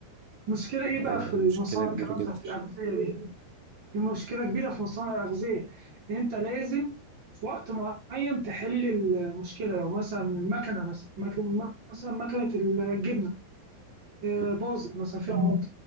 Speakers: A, on the right; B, on the right.
A: المشكله ايه
B: ايوه
A: بقى في المصانع
B: مشكلة كبيرة
A: كمان
B: جدا
A: بتاعت الاغذيه دي في مشكله كبيره في مصانع الاغذيه ان انت لازم في وقت معين تحل المشكله لو مثلا المكنه مثلا مكن- مثلا مكنه الجبنه آه،
B: مم.
A: باظت مثلا فيها